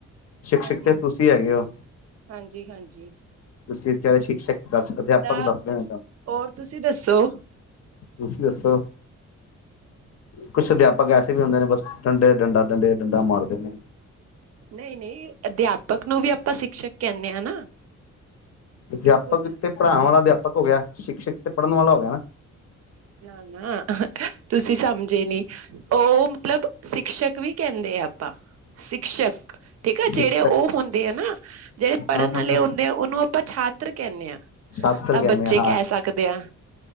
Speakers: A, on the left; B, on the right.
A: ਸ਼ਿਕਸ਼ਿਕ
B: ਹਾਂਜੀ
A: ਤੇ ਤੁਸੀਂ ਹੈਗੇ ਹੋ
B: ਹਾਂਜੀ ਹਾਂਜੀ
A: ਤੁਸੀਂ ਸ਼ਿਕਸ਼ਕ ਦੱਸ ਅਧਿਆਪਕ
B: ਤਾਂ
A: ਦੱਸਦੇ ਮ ਤੁਹਾਨੂੰ।
B: ਹੋਰ ਤੁਸੀਂ ਦੱਸੋ
A: ਤੁਸੀਂ ਦੱਸੋ ਕੁਛ ਅਧਿਆਪਕ ਐਸੇ ਇਸੇ ਵੀ ਹੁੰਦੇ ਨੇ ਬਸ ਡੰਡੇ ਡੰਡਾ ਡੰਡੇ ਡੰਡਾ ਮਾਰਦੇ ਨੇ।
B: ਨਹੀਂ, ਨਹੀਂ ਅਧਿਆਪਕ ਨੂੰ ਵੀ ਆਪਾਂ ਸਿਕਸ਼ਕ ਕਹਿੰਦੇ ਹ ਨਾ
A: ਅਧਿਆਪਕ
B: ਇੱਕੋ
A: ਤੇ ਪੜ੍ਹਾਨ ਵਾਲਾ ਅਧਿਆਪਕ ਹੋ ਗਿਆ ਸ਼ਿਕਸ਼ਕ ਤੇ ਪੜ੍ਹਨ ਵਾਲਾ ਹੋ ਗਿਆ ਨਾ।
B: ਨਾ, ਨਾ ਤੁਸੀਂ ਸਮਝੇ ਨੀ ਉਹ ਮਤਲਬ ਸਿਕਸ਼ਕ ਵੀ ਕਹਿੰਦੇ ਆ ਆਪਾਂ, ਸ਼ਿਕਸ਼ਕ ਠੀਕ ਆ
A: ਸ਼ਿਕਸ਼ਕ
B: ਜਿਹੜੇ ਉਹ ਹੁੰਦੇ ਆ ਨਾ ਜਿਹੜੇ ਪੜ੍ਹਨ
A: ਹਾਂ ਹਾਂ
B: ਵਾਲੇ
A: ਹਾਂ
B: ਹੁੰਦੇ ਆ, ਉਹਨੂੰ ਆਪਾਂ ਛਾਤਰ ਕਹਿੰਦੇ ਹਾਂ
A: ਛਾਤਰ
B: ਤਾਂ
A: ਕਹਿੰਦੇ
B: ਬੱਚੇ
A: ਆ ਹਾਂ
B: ਕਹਿ ਸਕਦੇ ਹਾਂ